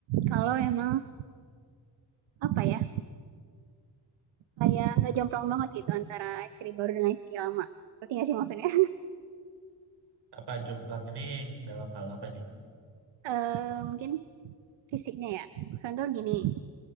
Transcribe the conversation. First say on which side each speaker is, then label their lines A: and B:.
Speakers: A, on the right (about 85°); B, on the right (about 65°).
A: kalau emang, apa ya Kayak nggak jomplang banget gitu antara istri baru dengan istri lama. berarti nggak sih maksudnya?
B: apa jomplang ini dalam hal apa nih?
A: <laughs> Eee, mungkin fisiknya ya, contoh gini,